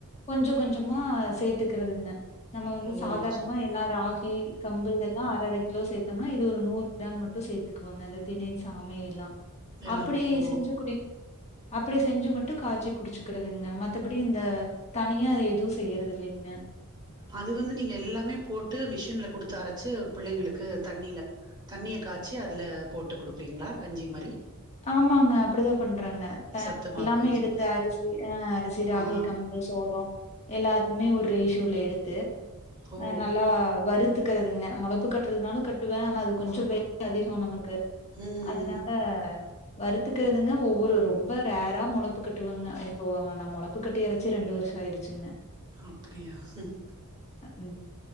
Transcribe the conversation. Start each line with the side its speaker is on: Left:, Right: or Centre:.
Left: கொஞ்ச கொஞ்சமா சேத்துகிறதுங்க நம்ம வந்து
Right: ஓ!
Left: சாதாரணமா
Right: சரி
Left: எல்லா ராகி கம்பு இதெல்லா அர அர கிலோ சேத்தோம்னா இது ஒரு நூறு கிராம் மட்டு சேத்துக்குவாங்க இந்த திணை சாமை எல்லா
Right: எல்லாமே.
Left: அப்பிடி
Right: ஓ!
Left: செஞ்சு குடி அப்பிடி செஞ்சு மட்டு காச்சி குடிச்சுக்கறதுங்க மத்தபடி இந்த தனியா அத எதுவு செய்யறது இல்லிங்க
Right: அது வந்து நீங்க எல்லாமே போட்டு மிஷின்ல குடுத்து அரச்சு பிள்ளைகளுக்கு தண்ணில தண்ணிய காச்சி அதுல போட்டு குடுப்பீங்களா கஞ்சி மாரி
Left: ஆமாங்க அப்பிடிதா பண்றங்க
Right: சத்து மாவு
Left: எல்லாமே
Right: கஞ்சி
Left: எடுத்து அரிசி ஆ அரிசி ராகி
Right: ஆ
Left: கம்பு சோளோ எல்லாதுமே ஒரு ரேசுல எடுத்து
Right: ஓ
Left: நல்லா வருத் வருத்துறதுங்க முளப்பு கட்றதுனாலு கட்டுவே ஆனா அது கொஞ்சோ வேல அதிகோ நமக்கு
Right: ம்
Left: அதனால
Right: ம்
Left: ஆ வருத்துகிறதுங்க ஒவ்வொரு ரொம்ப ரேரா முளப்பு கட்டுவங்க இப்போ நா முளப்பு கட்டி அரச்சி ரெண்டு வருஷ ஆயிருச்சு சின்ன
Right: அப்படியா ம்
Left: ம்